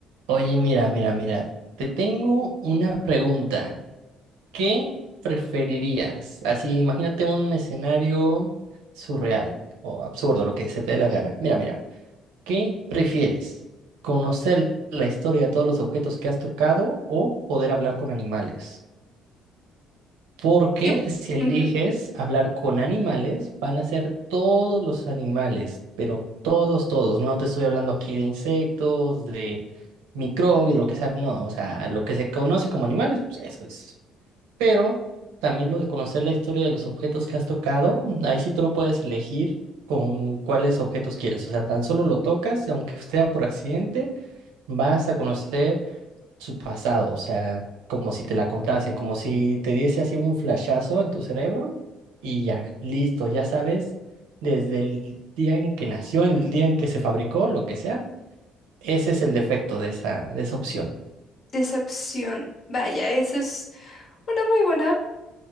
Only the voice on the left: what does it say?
Yo,
ujú,
Decepción. Vaya, esa es una muy buena